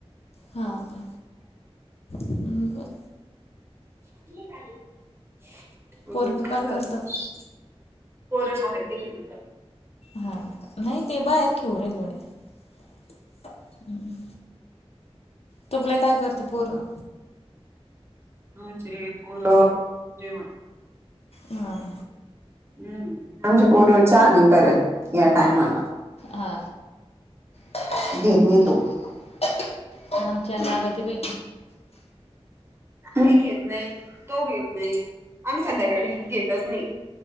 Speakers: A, on the left; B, on the right.
A: हां का बर
B: तीच आली
A: पोरगं
B: झोप
A: काय
B: पण झाली
A: करतं
B: पोर शाळेत गेली नं दिवसा
A: हा नाय ते बाहेर खेळू राहिले गड्या हम्म तूपले काय करते पोरं?
B: आंमचे पोर जेवण
A: हा कां
B: हम्म आमचे पोर चा नी करत या टायमाला
A: हा दुध
B: घेत नाही तो.
A: घेतो आमच्याला लागती बय
B: तरी घेत नाहीत तो घेत नाही आम्ही संध्याकाळी घेतच नई